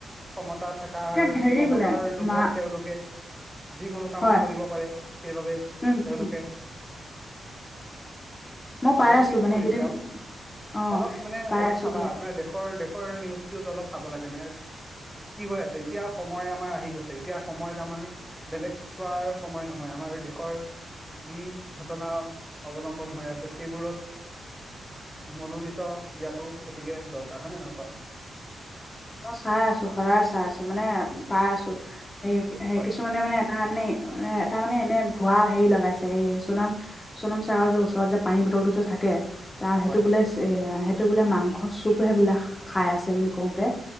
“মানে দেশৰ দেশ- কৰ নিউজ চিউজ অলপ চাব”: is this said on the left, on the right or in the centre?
Centre